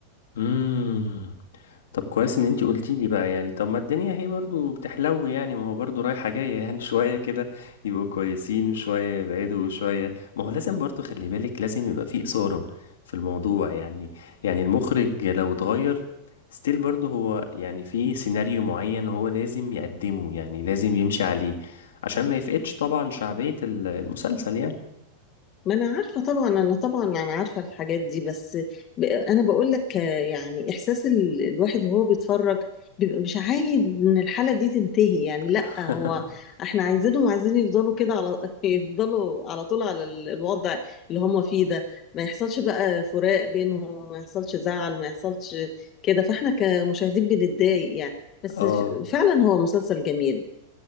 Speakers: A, on the left; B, on the left.
A: امم طب كويس ان انتي قلتي لي بقى يعني طب ما الدنيا هي برضو بتحلو يعني ما هو برضو رايحة جاية يعني <laughs> شوية كده يبقوا كويسين وشوية يبعدوا وشوية ما هو لازم برضو خلي بالك لازم يبقى فيه إثارة في الموضوع يعني يعني المخرج لو اتغير ستيل برضو هو يعني في سيناريو معين هو لازم يقدمه يعني لازم يمشي عليه عشان ما يفقدش طبعا شعبية ال- المسلسل يعني
B: ما انا عارفه طبعا انا طبعا انا عارفه الحاجات دي بس ب- انا بقول لك آه، يعني احساس ال- الواحد وهو بيتفرج بيبقى مش عايز ان الحاله دي تنتهي يعني لا
A: <laughs>
B: هو احنا عايزينهم عايزين يفضلوا كده على <laughs> يفضلوا على طول على ال- الوضع اللي هم فيه ده ما يحصلش بقى فراق بينهم ما يحصلش زعل ما يحصلش كده فاحنا كمشاهدين بنتضايق يعني بس
A: اه
B: ف- فعلا هو مسلسل جميل